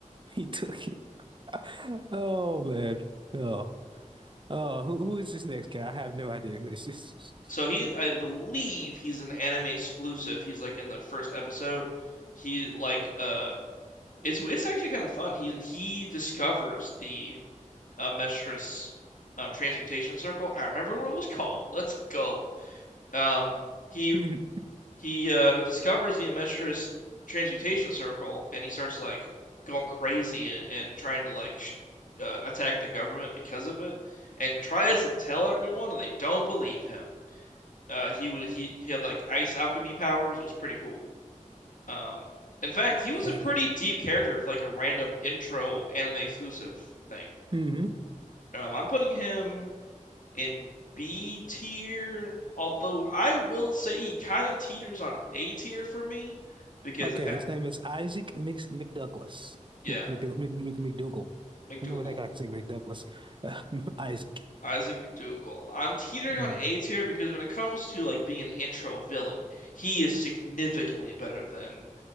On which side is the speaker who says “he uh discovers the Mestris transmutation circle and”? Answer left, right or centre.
Left